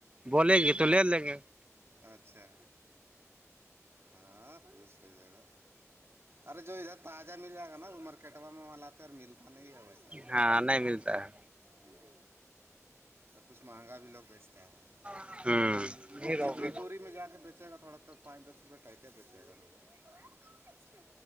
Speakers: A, on the right (about 20°); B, on the right (about 50°).
A: بولیں گے تو لے لیں گے
B: اچھا ہاں پوچھتے ج گا ارے جو ادھر تازہ مل جائے گا نا امر کٹوا میں وہا تو ملتا نہیں ہے ویسے
A: ہاں نہیں ملتا ہے
B: ہ اور کچھ مہنگا بھی لوگ بیچتے ہیں
A: ہے
B: جتنا
A: ہ
B: دوری میں جا کے بیچے گا تھوڑا تو پچ دس روپئے ٹائٹ ہے بیچے گا نا